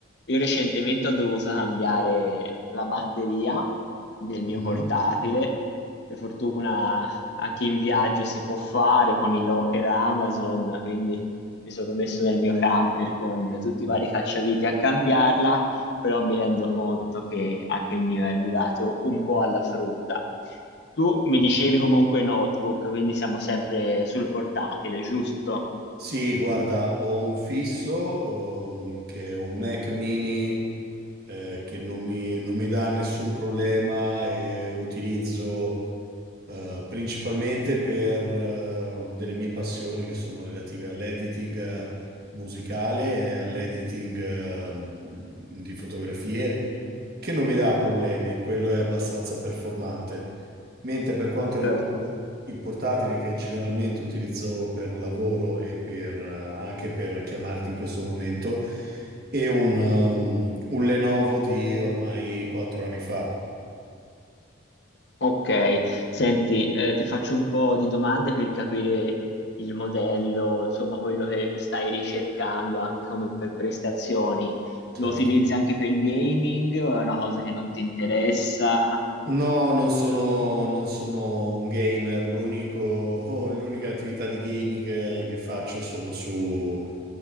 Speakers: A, on the left (about 55°); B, on the right (about 50°).
A: Io recentemente ho dovuto cambiare la batteria del mio
B: Mhm.
A: portatile. Per fortuna anche in viaggio si può fare con il locker Amazon, quindi mi sono messo nel mio camper con tutti i vari cacciaviti a cambiarla, però mi rendo conto che anche il mio è arrivato un po' alla frutta. Tu mi dicevi comunque notebook, quindi siamo sempre sul portatile, giusto?
B: Sì, guarda, ho un fisso, ehm, che è un Mac mini, eh, che non mi, non mi dà nessun problema e utilizzo eh, principalmente per eh, delle mie passioni che sono relative all'editing eh, musicale e all'editing eh, mh, di fotografie, che non mi dà problemi, quello è abbastanza performante. Mentre per quanto riguarda
A: Certo.
B: il portatile che generalmente utilizzo per lavoro e per, eh, anche per chiamarti in questo momento, è un, um, un Lenovo di ormai quattro anni fa,
A: Ok, senti, eh, ti faccio un po' di domande per capire il modello, insomma, quello che stai ricercando anche come per prestazioni.
B: certo.
A: Lo utilizzi anche per gaming o è una cosa che non ti interessa?
B: No, non sono, non sono un gamer, l'unico- <laughs> l'unica attività di gaming che, che faccio sono su